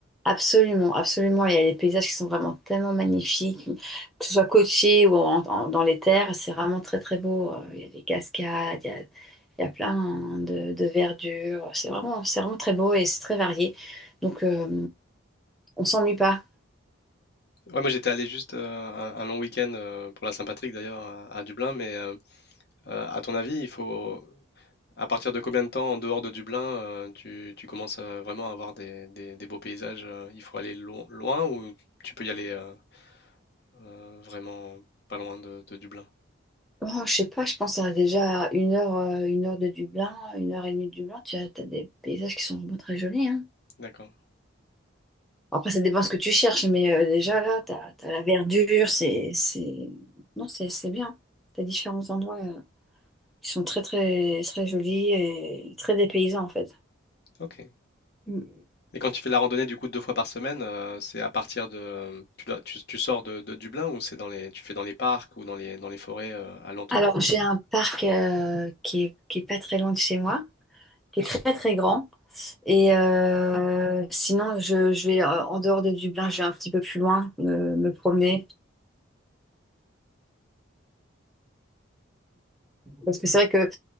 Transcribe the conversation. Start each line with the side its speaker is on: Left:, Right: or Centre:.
Centre: Absolument, absolument. Il y a des paysages qui sont vraiment tellement magnifiques, que ce soit côtier ou en- en- dans les terres, c'est vraiment très très beau. Euh, Il y a des cascades, il y a, il y a plein de, de verdure. C'est vraiment, c'est vraiment très beau et c'est très varié. Donc, euh, on s'ennuie pas.
Left: Ouais, moi j'étais allé juste euh, un, un long week-end euh, pour la Saint-Patrick d'ailleurs à, à Dublin, mais euh, euh, à ton avis, il faut à partir de combien de temps en dehors de Dublin euh, tu, tu commences euh, vraiment à avoir des, des- des beaux paysages? euh, Il faut aller lo- loin ou tu peux y aller euh, euh, vraiment pas loin de, de Dublin?
Centre: Oh, je sais pas, je pense à déjà une heure, euh, une heure de Dublin, une heure et demie de Dublin. Tu as, t'as des paysages qui sont vraiment très jolis, hein.
Left: D'accord.
Centre: Après, ça dépend ce que tu cherches, mais euh, déjà là, t'as, t'as la verdure, c'est, c'est... Non, c'est, c'est bien. T'as différents endroits euh, qui sont très, très, très jolis et très dépaysants, en fait.
Left: Ok.
Centre: Mm.
Left: Mais quand tu fais la randonnée du coup deux fois par semaine, euh, c'est à partir de tu, dois- tu, tu sors de, de Dublin ou c'est dans les tu fais dans les parcs ou dans les dans les forêts euh, alentours?
Centre: Alors, j'ai un parc euh, qui est, qui est pas très loin de chez moi, qui est très, très grand. Et euh, sinon, je, je vais, euh, en dehors de Dublin, je vais un petit peu plus loin, me, me promener. Parce que c'est vrai que